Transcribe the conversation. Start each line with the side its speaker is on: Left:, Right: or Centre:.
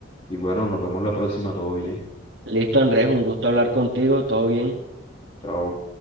Left: Y bueno, nos vemos la próxima, todo bien.
Right: Listo, Andrés, un gusto hablar contigo, todo bien.
Left: Chao.